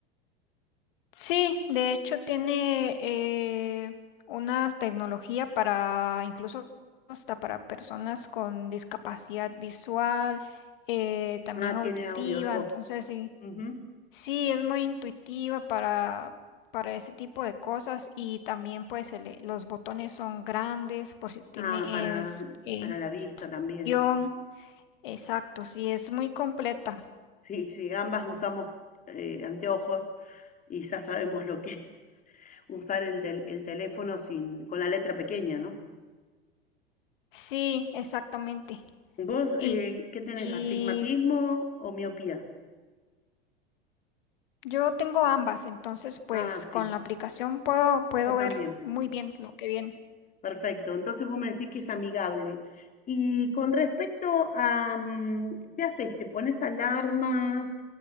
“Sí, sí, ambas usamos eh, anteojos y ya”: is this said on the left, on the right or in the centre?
Left